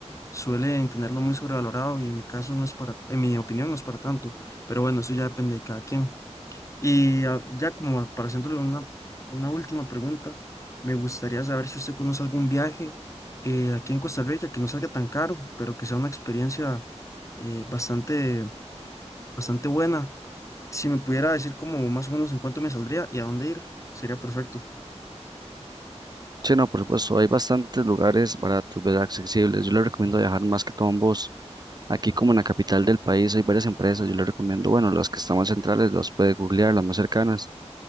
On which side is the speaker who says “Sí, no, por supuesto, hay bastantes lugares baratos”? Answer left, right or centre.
Right